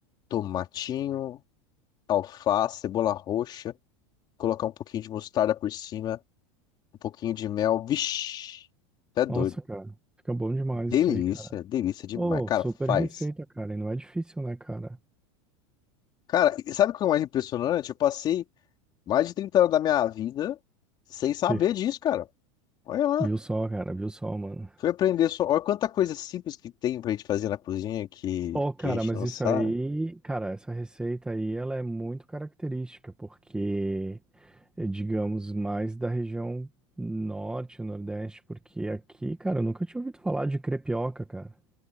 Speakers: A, on the left; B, in the centre.
A: tomatinho, alface, cebola roxa, colocar um pouquinho de mostarda por cima, um pouquinho de mel. Vixe, até doido.
B: Nossa, cara. Fica bom demais
A: Delícia,
B: isso aí,
A: delícia demais.
B: Ô,
A: Cara,
B: super
A: faz.
B: receita, cara. E não é difícil, né, cara?
A: Cara, e sabe o que é o mais impressionante? Eu passei mais de 30 anos da minha vida sem
B: <laughs>
A: saber disso, cara. Olha lá.
B: Viu só, cara? Viu só, mano?
A: Foi aprender só. Olha quanta coisa simples que tem pra gente fazer na cozinha que,
B: Ô, cara,
A: que a gente
B: mas
A: não
B: isso
A: sabe.
B: aí, cara, essa receita aí, ela é muito característica, porque, é, digamos, mais da região norte, nordeste, porque aqui, cara, eu nunca tinha ouvido falar de crepioca, cara.